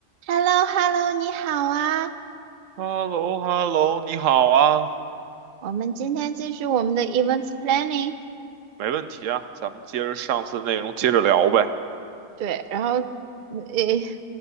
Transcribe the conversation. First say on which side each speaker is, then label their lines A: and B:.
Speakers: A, on the right; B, on the right.
A: h e l l o h e l l o 你好啊！
B: h e l l o h e l l o 你好啊，
A: 我们今天继续我们的 events planning。
B: 没问题啊，咱们接着上次的内容接着聊呗。
A: 对，然后，诶，